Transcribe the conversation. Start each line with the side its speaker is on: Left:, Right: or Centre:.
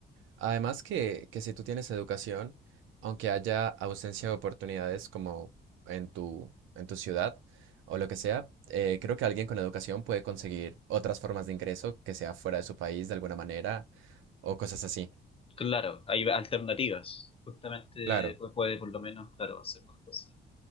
Right: Además que, que si tú tienes educación, aunque haya ausencia de oportunidades como en tu, en tu ciudad o lo que sea, eh, creo que alguien con educación puede conseguir otras formas de ingreso que sea fuera de su país de alguna manera o cosas así.
Left: claro, hay alternativas. Justamente
Right: Claro,
Left: pues, puede por lo menos, claro, hacer más cosas